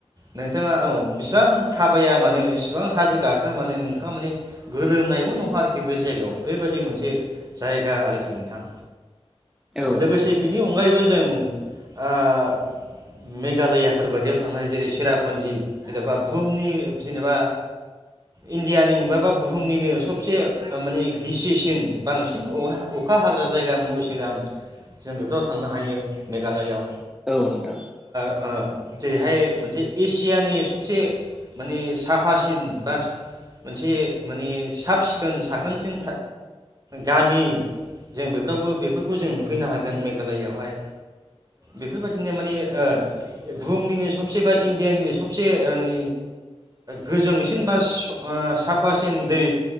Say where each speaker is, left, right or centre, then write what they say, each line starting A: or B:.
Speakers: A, on the right; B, in the centre.
A: नों नोंथाङा बेसिबां थाबाया मानोे इसिबां हाजो गाखोआ माने नोंथाङा माने गोलोमनायबो नङा आरोखि बे जायगायाव। बेबायदि मोनसे जायगा आरोखि नोंथां।
B: नोंथां
A: लोगोसे बिनि अनगायैबो जों ओ घालयाफोर बायियाव थांनो हायो। जेरै सेरापुन्जि जेन'बा बुहुमनि जेनेबा इण्डियानि निबा बा बुहुमनिनो सबसे माने गिसिसिन बांसिन अखा हाग्रा जायगा मोसिनराम जों बेफोराव थांनो हायो मेघालयाआव
B: औ नोंथां।
A: ओ जेरैहाय मोनसे एसियानि सबसे माने साफासिन बा मोनसे माने साब सिखोन साखोनसिन गामि जों बेफोरावबो बेफोरखौ जों नुफैनो हागोन मेघालयाआवहाय। बेफोरबायदिनो माने ओ बुहुमनिनो सबसे बा इण्डियानिनो सबसे माने गोजोंसिन बा साफासिन दै